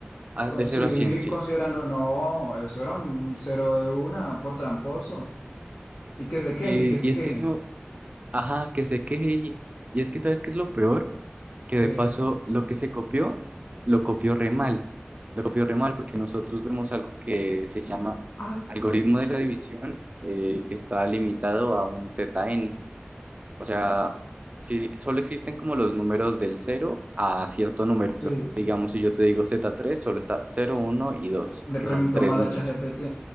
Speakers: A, on the right (about 35°); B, on the left (about 50°).
A: ah,
B: Con-
A: de
B: sí,
A: cero a 100 sí.
B: considerando, no, eso era un cero de una por tramposo. Y que se queje,
A: Y,
B: y que se
A: y
B: queje.
A: es que eso, ajá, que se queje. Y, y es que, ¿sabes qué es lo peor? Que
B: Que,
A: de paso, lo que se copió, lo copió re mal. Lo copió re mal porque nosotros vemos algo que se llama
B: ay,
A: algoritmo de la división, eh, que está limitado a un ZN. O sea, si solo existen como los números del cero a cierto número.
B: sí,
A: Digamos, si yo te digo z tres, solo está cero, uno y 2,
B: le
A: que
B: preguntó
A: son tres
B: mal
A: números.
B: a ChatGPT.